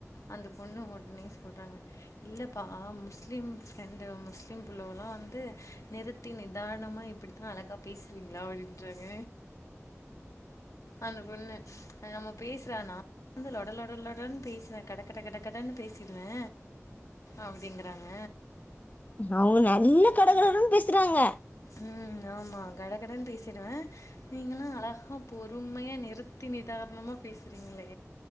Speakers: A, on the left; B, on the left.
A: அந்த பொண்ணு ஒட்னே சொல்றாங்க இல்லப்பா முஸ்லீம் ஃப்ரெண்டு முஸ்லீம் புள்ளவுலா வந்து நிறுத்தி நிதாணமா இப்படித்தா அழகா பேசுவீங்ளா அப்டின்றாங்க அந்த பொண்ணு அது நம்ம பேசுறானா வந்து லொட லொட லொடன் பேசுனே கட கட கடன்னு பேசி கிடுவே அப்படிங்கறாங்க
B: அவுங்க நல்ல கட கடன்னு பேசுறாங்க
A: ம் ஆமா கடகடன்னு பேசிருவே நீங்களா அழகா பொறுமையா நிறுத்தி நிதாரணமா பேசுறீங்களே